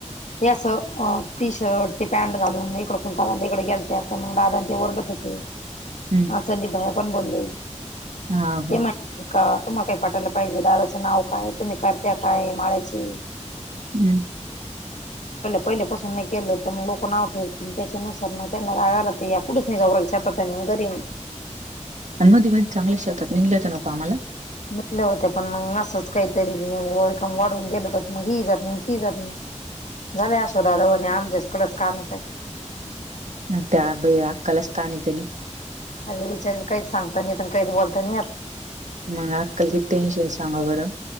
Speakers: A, on the left; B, on the right.
A: ते असं टी शर्ट ते पॅन्ट घालून इकडं खुलता बा इकडे गेयलते आ मग दादाां ते ओरडत होते.
B: हम्म
A: अ सध भाया पण बोलले
B: हा ग
A: ते म्हहि का? तुम्हाला काही पाठयला पाहिजे दादाचं नाव काय तुम्ही करत्या काय माारायची
B: हम्म
A: पहिले पासून नाही केलं तर मग लोकं नाव ठेवतील त्याच्यानुसार मग त्यांना रागाला ते याुच नाही जाऊत. तांगरीन
B: अन्मदीबा चांगल्या शेतात निघल्यायच नका आम्हाला
A: नििकल्या होत पण मग असंच काहीतरी वर काम वाढवून गेल तर मग ही जात नाही ती जात नाही झाले असो दादा वणे आमच्या सकळंच काम आहे स
B: अ त्या ब आ कलस्थाान कनी
A: अरे विचारील काहीच सांगत नाही काहीच बोलत नाही आ
B: मग अक्कल कि टेनशन सांगा बरं